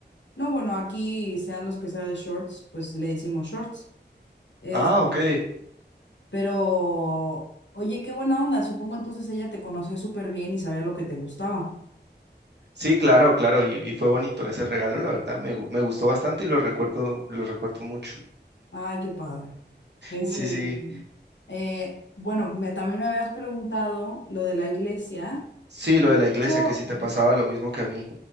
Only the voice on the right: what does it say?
Ah, ok.
Sí, claro, claro, y, y fue bonito ese regalo, la verdad, me, gu- me gustó bastante y lo recuerdo, lo recuerdo mucho.
Sí, sí,
sí, lo de la iglesia,
que sí te pasaba lo mismo que a mí.